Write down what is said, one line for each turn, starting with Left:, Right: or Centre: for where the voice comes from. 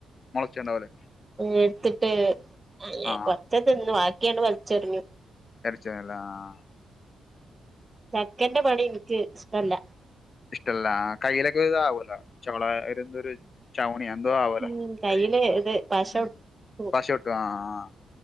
Left: മുളച്ചുണ്ടാവുംല്ലേ
Right: ഇഞ്ഞ് ഇട്ത്ത്ട്ട് അങ്ങനെ
Left: ആ
Right: പറിം ച്ചൊക്കെ തിന്നു വാക്കിയണ്ട് വൽച്ചെറിഞ്ഞു
Left: എടിച്ചേല ആഹ്
Right: ചക്കന്റെ പണി ഇൻക്ക് ഇഷ്ടല്ല
Left: ഇഷ്ടല്ലാ ആഹ് കയ്യിലെക്കെ ഇതാവോലോ ചൊളാ ഒരുന്താെരു ചൗണി എന്തോ ആവോല്ലോ
Right: ഉം കയ്യില്
Left: കൈല്
Right: ഇത് പശ
Left: ഉം
Right: ഒട്ടും
Left: പശെയൊട്ടും ആഹ് ആഹ്